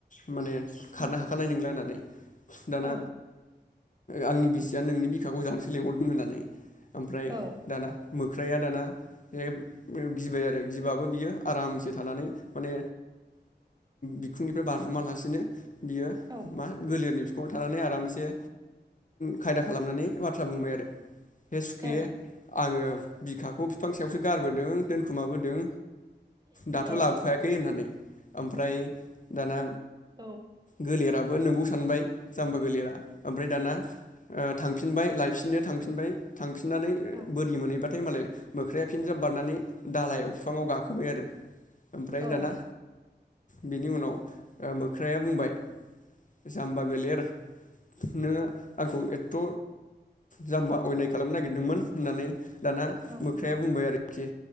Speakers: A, on the left; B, on the right.
A: <inaudible> माने खारनो
B: उम
A: हाखानाय नंला होननानै दाना
B: औ
A: आंनि बिसिया नोंनि बिखाखौ जानोसो लिंहरदों होननानै ओमफ्राय
B: औ
A: दाना मोख्राया दाना बे <inaudible> गिबाय आरो गिबाबो बियो आरामसे थानानै माने बिखुंनिफ्राय बारजुमालासिनो बियो
B: ओ
A: मा गोलियारनि फिखुङाव थानानै आराम एसे खायदा खालामनानै बाथ्रा बुंबाय आरो हे सुके
B: ए
A: आङो बिखाखौ बिफां सायावसो गारबोदों दोनखुमाबोदों दाथ'
B: औ
A: लाबोफायाखै होननानै ओमफ्राय दाना
B: औ
A: गोलेराबो नोंगौ सानबाय जाम्बा गोलेरा ओमफ्राय दाना ओ थांफिनबाय लायफिननो थांफिनबाय थांफिननानै
B: औ
A: बोरि मोनहैबा मालाय मोख्राया फिनजाब बारनानै दालायाव बिफाङाव गाखोबाय आरो ओमफ्राय
B: औ
A: दाना बिनि उनाव ओ मोख्राया बुंबाय जाम्बा गोलेर नोङो आंखौ एथ' जाम्बा अयनाय खालामनो नागिरदोंमोन होननानै दाना
B: औ
A: मोख्राया
B: नंगौ
A: बुंबाय आरोखि